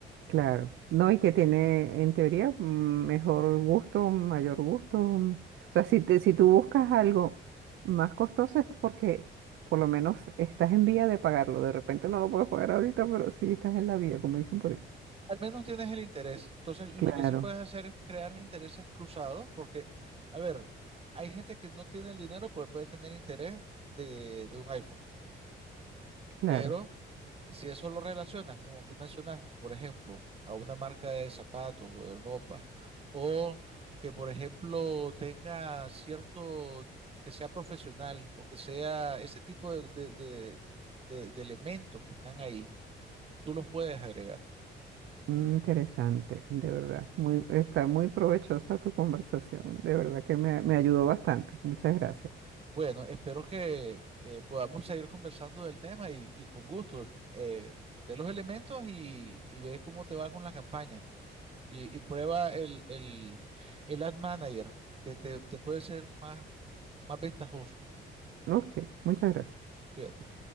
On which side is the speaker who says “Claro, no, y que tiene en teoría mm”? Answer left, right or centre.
Right